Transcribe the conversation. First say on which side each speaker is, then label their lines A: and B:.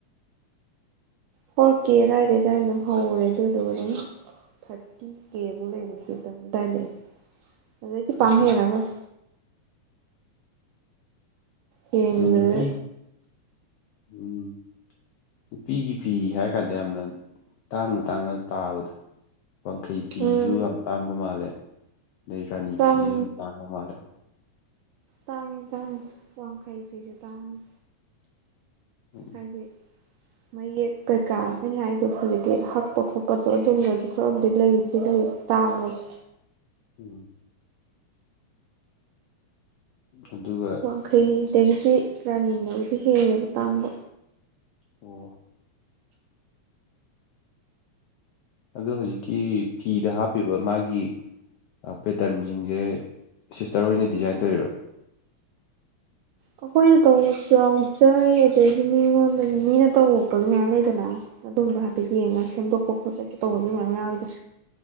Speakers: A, on the right; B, on the left.
A: ꯍꯣꯔꯀꯦ ꯑꯗꯨꯋꯥꯏꯗ ꯑꯗꯨꯗꯥꯋꯥꯏꯗ ꯑꯗꯨꯝ ꯍꯧꯔꯦ ꯑꯗꯨꯗꯨꯒ ꯑꯗꯨꯝ ꯊꯥꯔꯇꯤ ꯀꯦꯕꯨꯨꯛ ꯂꯩꯕꯁꯨꯗꯥꯏꯗ ꯑꯗꯩꯗꯤ
B: ꯑꯣꯀꯦ
A: ꯄꯥꯡ ꯍꯦꯜꯟꯅꯔꯣꯏ ꯍꯦꯟꯕꯗ
B: ꯑ ꯅꯨꯄꯤ ꯎꯝ ꯅꯨꯄꯤꯒꯤ ꯐꯤ ꯍꯥꯏꯔ ꯀꯥꯟꯗ ꯌꯥꯝꯅ ꯇꯥꯡꯅ ꯇꯥꯡꯅ ꯇꯥꯕꯗ ꯋꯥꯡꯈꯩ ꯐꯤꯁꯨ
A: ꯎꯝ
B: ꯌꯥꯝ ꯇꯥꯡꯕ ꯃꯥꯜꯂꯦ ꯑꯗꯩ ꯔꯥꯅꯤ
A: ꯇꯥꯡ
B: ꯐꯤꯁꯨ ꯌꯥꯝ ꯇꯥꯡꯕ ꯃꯥꯜꯂꯦ
A: ꯇꯥꯡꯉꯤ ꯇꯥꯡꯉꯤ ꯋꯥꯡꯈꯩ ꯐꯤꯁꯨ ꯇꯥꯡꯉꯤ
B: ꯎꯝ
A: ꯍꯥꯏꯗꯤ ꯃꯌꯦꯛ ꯀꯩꯀꯥ ꯑꯩꯅ ꯍꯥꯏꯗꯣ ꯍꯧꯖꯤꯛꯇꯤ ꯍꯛꯄ ꯈꯣꯠꯄꯗꯣ ꯑꯗꯨꯝꯝꯕꯁꯨ ꯈꯔꯕꯨꯗꯤ ꯂꯩꯕꯨꯗꯤ ꯂꯩ ꯇꯥꯃꯁ
B: ꯎꯝ ꯑꯗꯨꯒ
A: ꯃꯈꯩꯗꯒꯤꯗꯤ ꯔꯥꯅꯤꯡꯕꯨꯗꯤ ꯍꯦꯜꯂꯦꯕ ꯇꯥꯡꯕ
B: ꯑꯣ ꯑꯗꯣ ꯍꯧꯖꯤꯛꯀꯤ ꯐꯤꯗ ꯍꯥꯞꯄꯤꯕ ꯃꯥꯒꯤ ꯄꯦꯇꯔꯟꯁꯤꯡꯁꯦ ꯁꯤꯁꯇꯔ ꯑꯣꯏꯅ ꯗꯤꯖꯥꯏꯟ ꯇꯧꯔꯣ
A: ꯑꯩꯈꯣꯏꯅ ꯇꯧꯕꯁꯨ ꯆꯥꯎꯖꯩ ꯑꯗꯩꯗꯤ ꯃꯤꯉꯣꯟꯗꯒꯤ ꯃꯤꯅ ꯇꯧꯔꯄꯁꯨ ꯃꯌꯥꯝ ꯂꯩꯗꯅ ꯑꯗꯨꯝꯕ ꯍꯥꯏꯐꯦꯠ ꯌꯦꯡꯉꯒ ꯁꯦꯝꯗꯣꯛꯄ ꯈꯣꯠꯇꯣꯛꯄ ꯇꯧꯕꯗꯨ ꯃꯌꯥꯝ ꯌꯥꯎꯋꯤꯗ